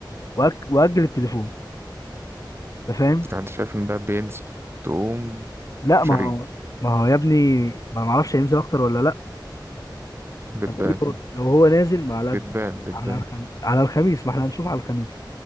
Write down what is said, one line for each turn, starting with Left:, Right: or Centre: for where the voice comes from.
Left: وأك... وأجل التليفون أنت فاهم؟
Right: يعني انت شايف ان ده بينزل تقوم
Left: لا
Right: شاريه
Left: ما هو ما هو يا ابني ما أنا معرفش هينزل أكتر ولا لأ
Right: بتبان
Left: أنا بقول لو لو هو نازل ما على
Right: بتبان بتبان
Left: على الخم... على الخميس ما احنا هنشوف على الخميس